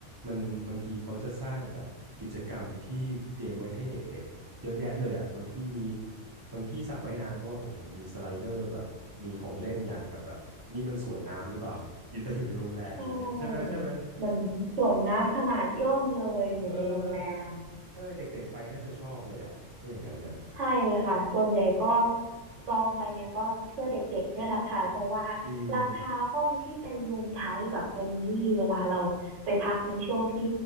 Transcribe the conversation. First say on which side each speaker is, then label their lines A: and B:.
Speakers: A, on the right; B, on the right.
A: มันบางทีเขาจะสร้างแบบกิจกรรมที่เตรียมไว้ให้เด็กๆเยอะแยะเลยอ่ะบางที่มีบางที่สระว่ายน้ำเขาว่าผมเห็นมีสไลเดอร์แบบมีของเล่นอย่างกับแบบนี่มันสวนน้ำหรือเปล่า <laughs> อยู่แต่อยู่ในโรงแรมอย่างเงี้ยใช่ไหมใช่ไหม
B: ใช่เหมือนสวนน้ำขนาดย่อมเลยอยู่ในโรงแรม
A: เออใช่เด็กๆไปน่าจะชอบเลยอ่ะถ้าอย่างนั้นน่ะ
B: ใช่ค่ะส่วนใหญ่ก็จองไปเนี่ยก็เพื่อเด็กๆเนี่ยแหละค่ะเพราะว่า
A: อืม
B: ราคาห้องที่เป็นรูมไทป์แบบแฟมิลี่เวลาเราไปพักในช่วงที่